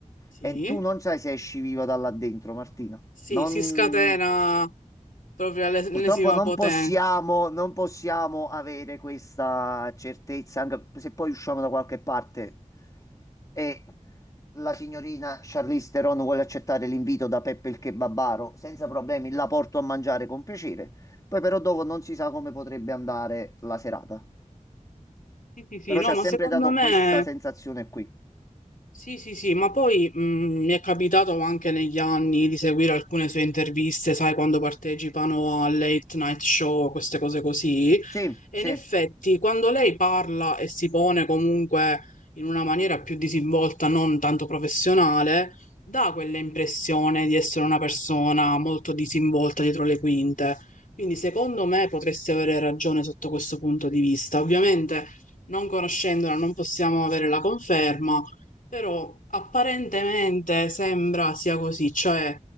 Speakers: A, on the left; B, on the left.
A: sì,
B: e tu non sai se esci viva da là dentro, Martina.
A: sì,
B: Non,
A: sì, si scatena proprio all'es- all'ennesima
B: purtroppo non
A: potenza.
B: possiamo, non possiamo avere questa certezza, anche se poi usciamo da qualche parte e la signorina Charlize Theron vuole accettare l'invito da Peppe il Kebabaro, senza problemi, la porto a mangiare con piacere. Poi però dopo non si sa come potrebbe andare la serata.
A: Sì, sì, sì,
B: Però
A: no,
B: ci ha
A: ma
B: sempre
A: secondo
B: dato
A: me
B: questa sensazione qui.
A: sì, sì, sì, ma poi mh, mi è capitato anche negli anni di seguire alcune sue interviste, sai, quando partecipano a late night show, queste cose così.
B: Sì,
A: E
B: sì.
A: in effetti, quando lei parla e si pone comunque in una maniera più disinvolta, non tanto professionale, dà quell'impressione di essere una persona molto disinvolta dietro le quinte. Quindi, secondo me, potresti avere ragione sotto questo punto di vista. Ovviamente, non conoscendola, non possiamo avere la conferma, però apparentemente sembra sia così, cioè